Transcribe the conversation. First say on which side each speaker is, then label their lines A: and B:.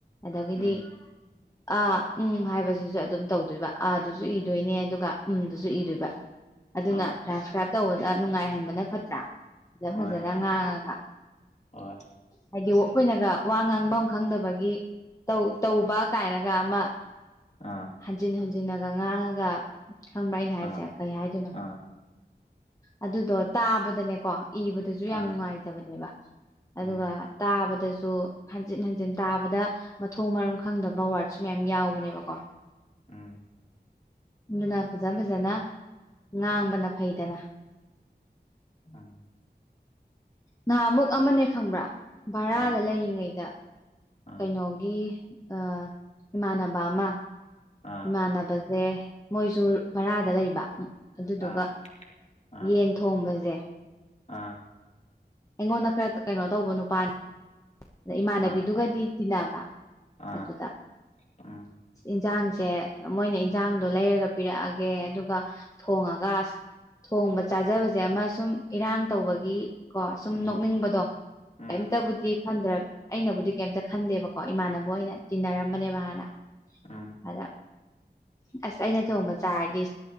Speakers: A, on the left; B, on the left.
A: ꯑꯗꯒꯤꯗꯤ
B: ꯎꯝ
A: ꯑꯥ ꯎꯝ ꯍꯥꯏꯕꯁꯤꯁꯨ ꯑꯗꯨꯝ ꯇꯧꯗꯣꯏꯕ ꯑꯥꯗꯨꯁꯨ ꯏꯗꯣꯏꯅꯦ ꯑꯗꯨꯒ ꯎꯝꯗꯨꯁꯨ ꯏꯗꯣꯏꯕ ꯑꯗꯨꯅ
B: ꯍꯣꯏ
A: ꯇ꯭ꯔꯥꯟꯁꯀ꯭ꯔꯥꯏꯞ ꯇꯧꯕꯗ ꯅꯨꯡꯉꯥꯏꯍꯟꯕꯅ ꯐꯠꯇ꯭ꯔꯥ ꯐꯖ
B: ꯍꯣꯏ
A: ꯐꯖꯅ ꯉꯥꯡꯉꯒ
B: ꯍꯣꯏ
A: ꯍꯥꯏꯗꯤ ꯑꯩꯈꯣꯏꯅꯒ ꯋꯥ ꯉꯥꯡꯐꯝ ꯈꯪꯗꯕꯒꯤ ꯇꯧ ꯇꯧꯕ ꯀꯥꯏꯅꯒ ꯑꯃ
B: ꯑꯥ
A: ꯍꯟꯖꯤꯟ ꯍꯟꯖꯤꯟꯅꯒ ꯉꯥꯡꯉꯒ ꯈꯪꯕ꯭ꯔꯥ ꯑꯩꯅ ꯍꯥꯏꯁꯦ
B: ꯑꯥ
A: ꯀꯩ ꯍꯥꯏꯗꯣꯏꯅꯣ
B: ꯑꯥ
A: ꯑꯗꯨꯗꯣ ꯇꯥꯕꯗꯅꯦꯀꯣ ꯏꯕꯗꯁꯨ ꯌꯥꯝ
B: ꯑꯥ
A: ꯅꯨꯡꯉꯥꯏꯇꯕꯅꯦꯕ
B: ꯎꯝ
A: ꯑꯗꯨꯒ ꯇꯥꯕꯗꯁꯨ ꯍꯟꯖꯤꯟ ꯍꯟꯖꯤꯟ ꯇꯥꯕꯗ ꯃꯊꯣꯡ ꯃꯔꯝ ꯈꯪꯗꯕ ꯋꯥ꯭ꯔꯠꯁꯨ ꯃꯌꯥꯝ ꯌꯥꯎꯕꯅꯦꯕꯀꯣ
B: ꯎꯝ
A: ꯑꯗꯨꯅ ꯐꯖ ꯐꯖꯅ ꯉꯥꯡꯕꯅ ꯐꯩꯗꯅ
B: ꯎꯝ
A: ꯅꯍꯥꯃꯨꯛ ꯑꯃꯅꯦ ꯈꯪꯕ꯭ꯔꯥ ꯚꯔꯥꯗ
B: ꯑꯥ
A: ꯂꯩꯔꯤꯉꯩꯗ
B: ꯑꯥ
A: ꯀꯩꯅꯣ ꯒꯤ ꯑ ꯏꯃꯥꯟꯅꯕ ꯑꯃ
B: ꯑꯥ
A: ꯏꯃꯥꯟꯅꯕꯁꯦ ꯃꯣꯏꯁꯨ ꯕꯔꯥꯗ ꯂꯩꯕ ꯑꯗꯨꯗꯨꯒ
B: ꯑꯥ ꯑꯥ
A: ꯌꯦꯟ ꯊꯣꯡꯕꯁꯦ
B: ꯑꯥ
A: ꯑꯩꯉꯣꯟꯗ ꯈꯔ ꯀꯩꯅꯣ ꯇꯧꯕ ꯅꯨꯄꯥꯅꯤ ꯑꯗ ꯏꯃꯥꯟꯅꯕꯤꯗꯨꯒꯗꯤ
B: ꯑꯥ
A: ꯇꯤꯟꯅꯕ
B: ꯑꯥ
A: ꯑꯗꯨꯗ
B: ꯎꯝ
A: ꯏꯟꯁꯥꯡꯁꯦ ꯃꯣꯏꯅ ꯏꯟꯁꯥꯡꯗꯣ ꯂꯩꯔꯒ ꯄꯤꯔꯛꯑꯒꯦ ꯑꯗꯨꯒ ꯊꯣꯡꯉꯒ ꯑꯁ ꯊꯣꯡꯕ ꯆꯥꯖꯕꯁꯦ ꯑꯃ ꯁꯨꯝ ꯏꯔꯥꯡ ꯇꯧꯕꯒꯤ ꯀꯣ ꯁꯨꯝ
B: ꯎꯝ
A: ꯅꯣꯛꯅꯤꯡꯕꯗꯣ
B: ꯎꯝ
A: ꯀꯩꯝꯇꯕꯨꯗꯤ ꯈꯟꯗꯔ ꯀꯩꯇ ꯈꯟꯗꯦꯕꯀꯣ ꯏꯃꯥꯟꯅꯕ ꯑꯣꯏꯅ ꯇꯤꯟꯅꯔꯝꯕꯅꯦꯕ ꯍꯥꯟꯅ
B: ꯎꯝ
A: ꯑꯗ ꯑꯁ ꯑꯩꯅ ꯊꯣꯡꯕ ꯆꯥꯔꯗꯤ